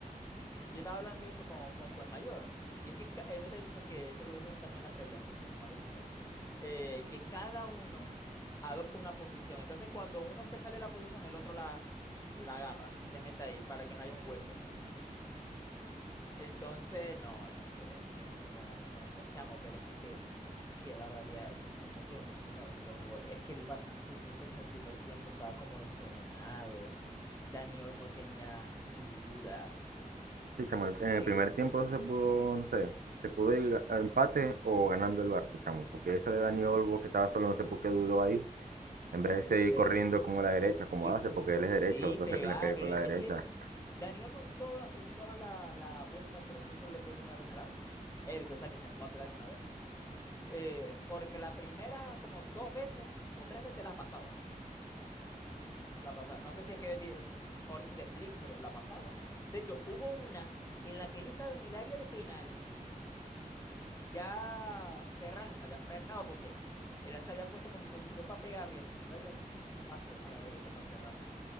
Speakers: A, on the left; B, on the right.
A: Y yo estaba hablando eso con, con Fuenmayor. Y es que ca- él me está diciendo que eso lo dijeron también en la previa. Yo no me había fijado. eh, que cada uno adopta una posición. Entonces, cuando uno se sale de la posición, el otro la, la agarra, se mete ahí para que no haya un hueco. Entonces, no, es es que eh, tiene muy buena defensa, chamo, pero es que qué, qué barbaridad. Nos metieron los primeros dos goles. Es que el Barça, no sé, siento que en el primer tiempo estaba como desordenado. Dani Olmo tenía dudas,
B: Sí,
A: no
B: chamo,
A: sé.
B: en el primer tiempo se pudo, no sé, se pudo ir a empate o ganando el Barça, chamo, porque esa de Dani Olmo que estaba solo, no sé por qué dudó ahí, en
A: No
B: vez de seguir
A: sé.
B: corriendo como la derecha, como
A: Y
B: hace, porque él
A: y
B: es
A: sí,
B: derecho, entonces
A: pegarle.
B: que le pegue con la derecha.
A: Es que Dani Olmo en toda, en toda la, la vuelta creo que solo le pegó una vez al arco. Él, que, o sea, que se animó a pegarle una vez. Eh, porque la primera, como dos veces o tres veces la pasaba. La pasaba. No sé si es que di- orden de Flick, pero la pasaba. De hecho, hubo una en la que él estaba en el área de penal. Ya Ferran se había frenado porque él se había puesto como en posición para pegarle y va a ir a un, un pase a la derecha para Ferran.